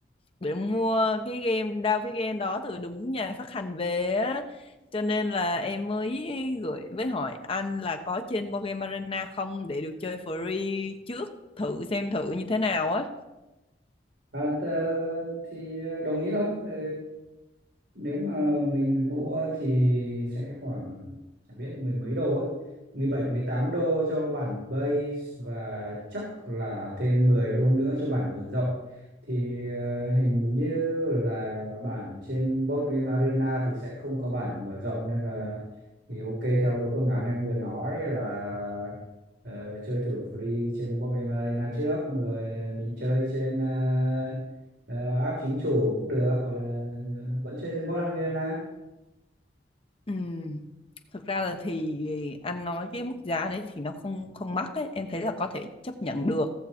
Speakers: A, on the left; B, on the right.
A: để mua cái game đao cái game đó từ đúng nhà phát hành về á. Cho nên là em mới gửi với hỏi anh là có trên Board Game Arena không để được chơi free trước thử xem thử như thế nào á.
B: À, tờ- thì ờ, đồng ý thôi. Ờ, Nếu mà mình mua thì sẽ khoảng chả biết mười mấy đô ấy. mười bảy mười tám đô cho bản base và chắc là thêm 10 đô nữa cho bản mở rộng. Thì ờ, hình như là bản trên Board Game Arena thì sẽ không có bản mở rộng nên là thì ok theo cái phương án em vừa nói là Ờ, chơi thử free trên board game arena trước rồi mình chơi trên ờ, ờ, app chính chủ cũng được hoặc là vẫn chơi trên board game arena
A: Ừm, Thực ra là thì anh nói cái mức giá đấy thì nó không không mắc ấy, em thấy là có thể chấp nhận được.